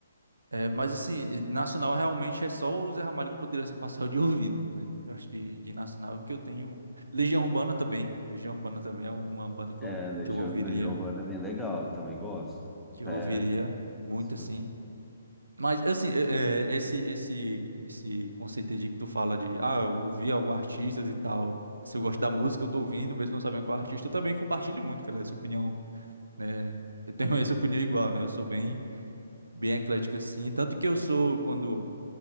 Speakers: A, on the right (about 85°); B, in the centre.
A: É, mas assim, nacional realmente é só o Zé Ramalho que poderia se passar o dia ouvindo, né? Eu acho que de nacional é o que eu tenho. Legião Urbana também. Legião Urbana também é uma banda que
B: É,
A: eu,
B: Legião,
A: que eu ouviria,
B: Legião Urbana é bem legal, eu também gosto.
A: que
B: É,
A: eu ouviria muito assim.
B: gosto.
A: Mas assim, é, é, esse esse esse conceito aí de que tu fala de, ah, eu ouvi alguns artistas e tal. Se eu gosto da música, eu tô ouvindo, mesmo não sabendo qual artista, eu também compartilho muito, cara, essa opinião, né? Eu tenho <laughs> essa opinião igual, né? Eu sou bem bem eclético assim, tanto que eu sou quando